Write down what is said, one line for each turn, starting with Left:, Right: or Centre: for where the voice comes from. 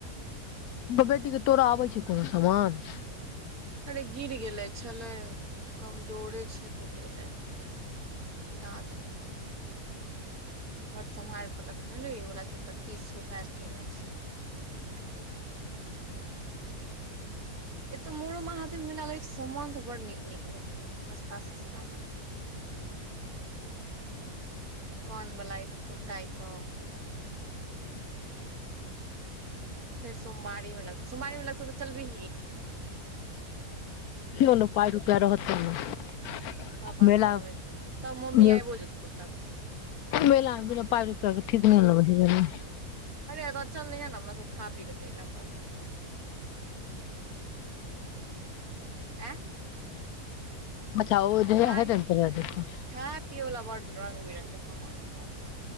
Left: बेटीके तोरा आबै छ कोनो सामान
Right: अरे गिर गेलै छलै कमजोरे छै टूटि गेलै अपने गीरादलके बर सम्हारलख वला चू तीस रुपआ किनने छै <unintelligible> एतो मोड़ोमे हाथ मिल लगै छै सामन सब बड नीक नीक भेटतौ सस्ता सस्ता मे
Left: <unintelligible>
Right: कनवला ई सब चुटा ई सब फेर सोमवारी मे लगत सोमारी मे लगते तऽ चल भीी
Left: ओ पाई रुपै रहत त ने
Right: तोरा पास
Left: मेला
Right: रहवे त मम्मी
Left: मे
Right: आइबो जेत त
Left: मेला में बिना पाई रुपैया ठीक नई लगाई छै जेनाई
Right: तऽ चल नहि ने अपना सब खा पी के चल आयेब बस आँ
Left: अच्छा ओ जहिया
Right: खाय
Left: हेतै ने तहिया देखब
Right: ह पियवला बड़ रंग बिरङंगग सामन सब बढ़ रहतौ